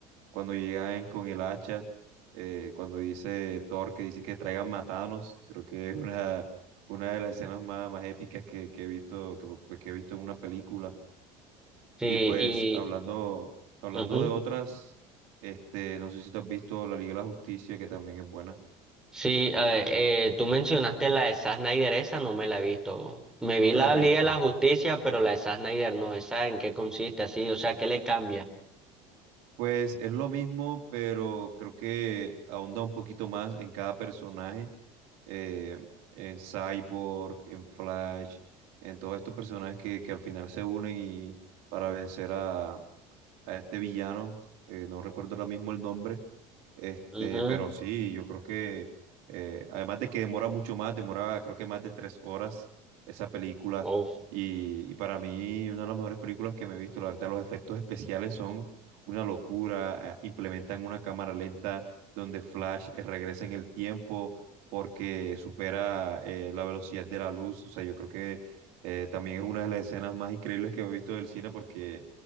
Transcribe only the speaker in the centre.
Sí,
y
ujú.
Sí, eh, eh, tú mencionaste la de Zack Snyder, esa no me la he visto. Me
vi
la
Liga de la Justicia, pero la de Zack Snyder no, esa en qué consiste así, o sea, ¿qué le cambia?
Ujú,
uf.